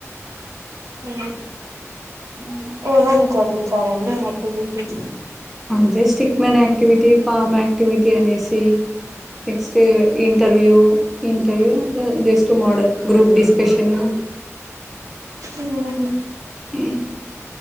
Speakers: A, on the right (about 80°); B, in the centre.
A: ఆ
B: ఉ
A: ఏమేమి చెప్పిచ్చారు అండి యాక్టివిటీస్
B: అ జస్టీ మేనక్టివిటీ, పామక్టివిటీ ఒకే అనేసి next interview interview just model group discussion
A: ఉ
B: ఇం